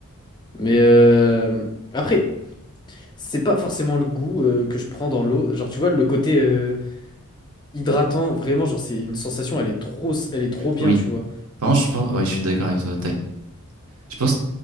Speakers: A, on the left; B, on the right.
A: Mais euh, après, c'est pas forcément le goût euh, que je prends dans l'eau. Genre, tu vois, le côté euh, hydratant, vraiment, genre, c'est une sensation, elle est trop, elle est trop bien,
B: Oui.
A: tu vois.
B: Par contre, je pense, ouais, je suis d'accord avec toi. tac. Je pense,